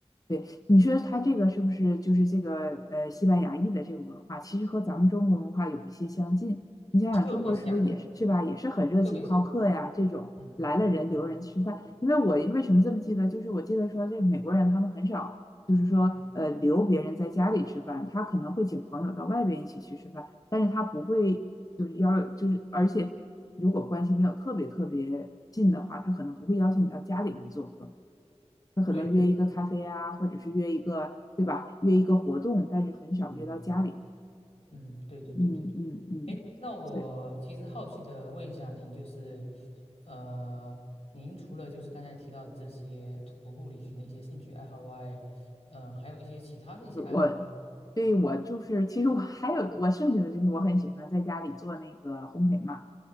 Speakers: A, on the left (about 35°); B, on the left (about 70°).
A: 对，你说他这个是不是就是这个呃西班牙裔的这个文化，其实和咱们中国文化有一些相近。你想想，
B: 特别像，
A: 中国是不是也是是吧，也是很热情好客呀？
B: 特别像，
A: 这种来了人留人吃饭。
B: 嗯嗯
A: 因为我为什么这么记得，就是我记得说这美国人他们很少，就是说呃留别人在家里吃饭，
B: 嗯，
A: 他可能会请朋友到外边一起去吃饭，但是他不会就是要就是而且如果关系没有特别特别近的话，他可能不会邀请你到家里来做客。他可能约一个咖啡啊，
B: 对。
A: 或者是约一个，对吧？约一个活动，但是很少约到家里。
B: 嗯。嗯，对对对对对。
A: 嗯嗯嗯，
B: 哎，那我其实好奇的问一下您，
A: 对，
B: 就是，呃，您除了就是刚才提到的这些徒步旅行的一些兴趣爱好外，呃，还有一些其他的一些爱好不？
A: 我对我就是，其实我还有我剩下的就是我很喜欢在家里做那个烘焙嘛。